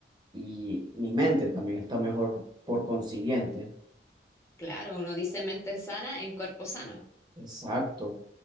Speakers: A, on the right; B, on the left.
A: y mi mente también está mejor por consiguiente.
B: Claro, uno dice mente sana en cuerpo sano.
A: Exacto.